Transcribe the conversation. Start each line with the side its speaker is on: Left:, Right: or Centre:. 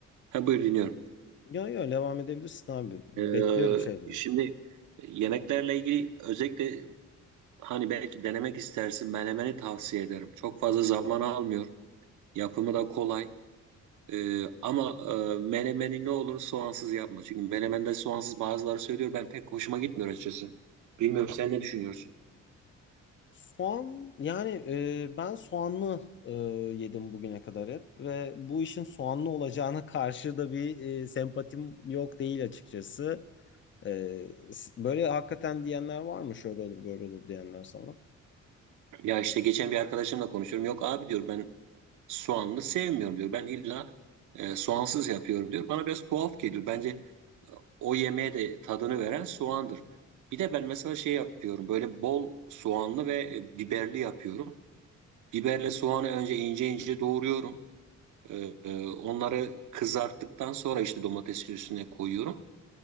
Right: Ha buyur dinliyorum.
Left: Yo yo devam edebilirsin abi. Bekliyorum
Right: Ee,
Left: şeylerini.
Right: şimdi e, yemeklerle ilgili özellikle hani belki denemek istersin menemeni tavsiye ederim. Çok fazla zaman almıyor. Yapımı da kolay. Ee, ama e, menemeni ne olur soğansız yapma. Çünkü menemende soğansız bazıları söylüyor ben pek hoşuma gitmiyor açıkçası. Bilmiyorum sen ne düşünüyorsun?
Left: Soğan yani e, ben soğanlı e, yedim bugüne kadar hep ve bu işin soğanlı olacağına karşı da bir e, sempatim yok değil açıkçası. E, s- böyle hakikaten diyenler var mı? Şöyle olur böyle olur diyenler sana.
Right: Ya işte geçen bir arkadaşımla konuşuyorum. Yok abi diyor ben soğanlı sevmiyorum diyor. Ben illa e, soğansız yapıyorum diyor. Bana biraz tuhaf geliyor. Bence o yemeğe de tadını veren soğandır. Bir de ben mesela şey yapıyorum. Böyle bol soğanlı ve e, biberli yapıyorum. Biberle soğanı önce ince ince doğruyorum. E, e, onları kızarttıktan sonra işte domatesin üstüne koyuyorum.